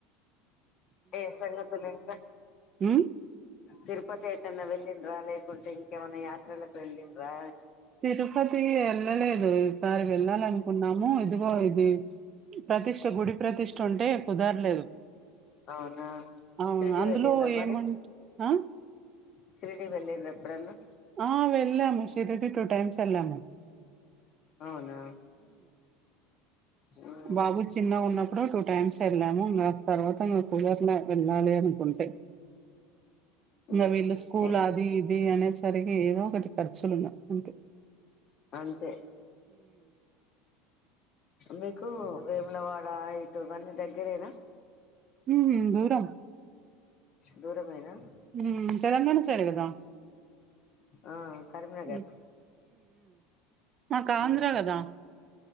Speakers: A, on the left; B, on the right.
A: ఏం సంగతులు ఇంకా
B: ఉమ్
A: తిరుపతి ఎటైనా వెళ్ళన్రా లేక్కుంటే ఇంకెమన్నా యాత్రలకు వెల్లినరా.
B: తిరుపతి వెళ్ళలేదు ఈసారి వెళ్ళాలినుకున్నాము. ఇదిగో ఇది ప్రతిష్ట గుడి ప్రతిష్ట ఉంటే కుదరలేదు.
A: అవునా
B: అవును
A: షిరిడి
B: అందులో
A: వెలింద్ర మరి.
B: ఏమంట ఆ
A: సిరిడి వెళ్ళంద్ర ఎప్పుడన్నా.
B: ఆ వెళ్లాము షిరిడి టూ టైమ్స్ వెళ్లము.
A: అవునా. ఉమ్,
B: బాబు చిన్న ఉన్నప్పుడు టూ టైమ్స్ వెళ్ళాము ఇంకా తర్వాత ఇం కుధరలే వెళ్ళాలి. అనుకుంటాయి
A: ఉమ్,
B: ఇంకా వీళ్ళ స్కూల్
A: ఎ,
B: అది ఇది అనే సరిగా ఏదో ఒకటి. ఖర్చులన అంతె.
A: అంతే మీకు. వేములవాడ యిట ఇవన్నీ దగ్గరేనా.
B: ఉహు దూరం.
A: దూరమైనా.
B: ఉమ్ తెలంగాణ సైడ్ కదా
A: ఆ కరీంనగర్.
B: ఉమ్ మాకు ఆంధ్ర
A: ఉమ్,
B: కదా.